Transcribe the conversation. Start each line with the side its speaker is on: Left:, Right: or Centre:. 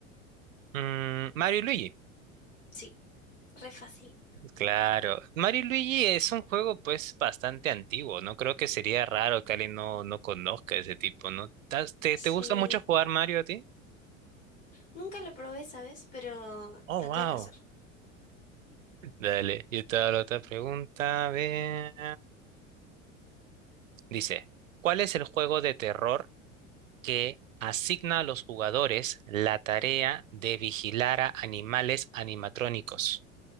Right: Mm, Mario y Luigi.
Left: Sí, re fácil.
Right: Claro. Mario y Luigi es un juego pues bastante antiguo, ¿no? Creo que sería raro que alguien no, no conozca ese tipo, ¿no? ¿Tas- ¿Te,
Left: Sí.
Right: te gusta mucho jugar Mario a ti?
Left: Nunca lo probé, ¿sabes? Pero
Right: Oh,
Left: lo
Right: wow.
Left: tengo que hacer.
Right: Dale, yo te hago la otra pregunta. A ver. Dice, ¿cuál es el juego de terror que asigna a los jugadores la tarea de vigilar a animales animatrónicos?